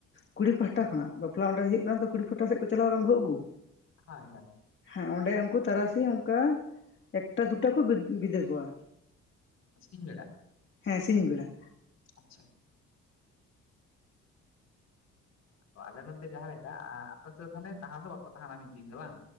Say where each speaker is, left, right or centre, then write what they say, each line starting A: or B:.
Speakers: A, on the left; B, on the left.
A: ᱠᱩᱲᱤ ᱯᱟᱦᱴᱟ ᱠᱷᱚᱱᱟᱜ ᱵᱟᱯᱞᱟ ᱚᱸᱰᱮ ᱦᱩᱭᱩᱜ ᱠᱟᱱᱟ ᱛᱚ ᱠᱩᱲᱤ ᱯᱟᱦᱴᱟ ᱥᱮᱫ ᱠᱚ ᱪᱟᱞᱟᱣ ᱠᱟᱱ ᱵᱟᱹᱦᱩ ᱟᱹᱜᱩ
B: ᱦᱳᱭ ᱦᱳᱭ
A: ᱦᱮᱸ ᱚᱸᱰᱮ ᱩᱱᱠᱩ ᱛᱟᱨᱟᱥᱤᱧ ᱚᱱᱠᱟ ᱮᱠᱴᱟ ᱫᱩᱴᱟ ᱠᱚ ᱵᱤᱫᱟᱹᱭ ᱠᱚᱣᱟ
B: ᱥᱤᱧ ᱵᱮᱲᱟ
A: ᱦᱮᱸ ᱥᱤᱧ ᱵᱮᱲᱟ
B: ᱟᱪᱪᱷᱟ ᱚ ᱟᱞᱮ ᱱᱚᱱᱛᱮ ᱡᱟᱦᱟᱸ ᱞᱮᱠᱟ ᱟᱯᱮ ᱛᱟᱦᱚᱞᱮ ᱛᱟᱦᱮᱸ ᱫᱚ ᱵᱟᱠᱚ ᱛᱟᱦᱮᱱᱟ ᱢᱤᱫ ᱫᱤᱱ ᱫᱚ ᱵᱟᱝ